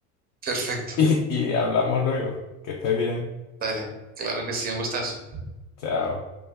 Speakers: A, on the right; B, on the left.
A: perfecto.
B: Y, y hablamos luego. Que estés bien.
A: Dale. Claro que sí, un gustazo.
B: Chao.